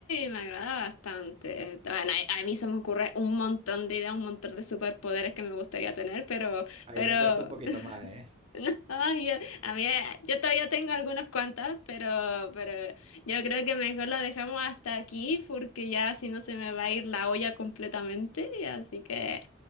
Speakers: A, on the left (about 85°); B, on the right (about 25°).
A: me agrada bastante. Eh, Bueno, a, a mí se me ocurre un montón de ideas, un montón de superpoderes que me gustaría tener, pero,
B: Ahí
A: pero
B: me cuesta un poquito
A: <laughs>
B: más, ¿eh?
A: No, yo, a mí, eh, yo todavía tengo algunas cuantas, pero, pero yo creo que mejor lo dejamos hasta aquí porque ya si no se me va a ir la olla completamente. Así que,